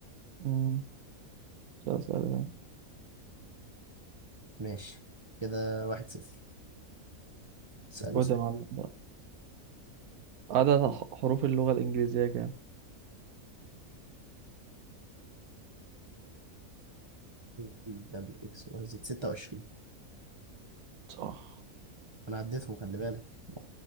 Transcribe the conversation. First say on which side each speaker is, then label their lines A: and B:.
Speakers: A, on the right; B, on the right.
A: مم. سؤال سهل ده.
B: ماشي كده واحد صفر سألني
A: خد
B: سؤال
A: يا معلم بقى عدد ح- حروف اللغة الإنجليزية كام؟
B: بي دبليو اكس واي زد 26
A: صح
B: انا عديتهم خلي بالك